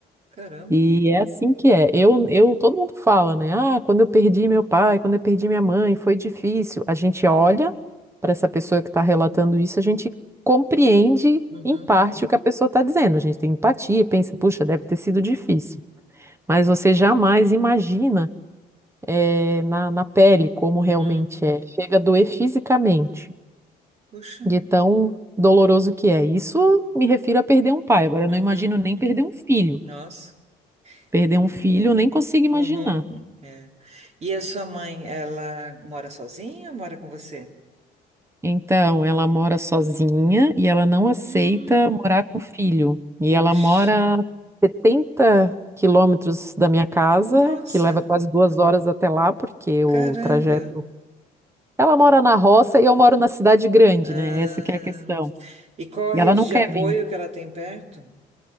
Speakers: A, on the right; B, on the right.
A: caramba.
B: E é assim que é. Eu, eu, todo mundo fala, né? Ah, quando eu perdi meu pai, quando eu perdi minha mãe, foi difícil. A gente olha para essa pessoa que está relatando isso, a gente compreende
A: Uhum.
B: em parte o que a pessoa está dizendo. A gente tem empatia e pensa, puxa, deve ter sido difícil. Mas você jamais imagina eh, na, na pele como
A: Uhum.
B: realmente é. Chega a doer fisicamente,
A: Puxa.
B: de tão doloroso que é. Isso me refiro a perder um pai. Agora, eu
A: Uhum.
B: não imagino nem perder um filho.
A: Nossa.
B: Perder
A: E-
B: um filho, eu nem consigo imaginar.
A: Uhum. É. E a sua mãe, ela mora sozinha ou mora com você?
B: Então, ela mora sozinha e ela não aceita
A: Hum.
B: morar com o filho. E
A: Poxa,
B: ela mora a 70 quilômetros da minha casa,
A: nossa,
B: que leva quase duas horas até lá, porque
A: caramba!
B: o trajeto. Ela
A: E,
B: mora na roça e eu moro na cidade grande,
A: ah,
B: né? Essa que é a questão.
A: e qual a
B: E
A: rede
B: ela não
A: de
B: quer
A: apoio
B: vir.
A: que ela tem perto?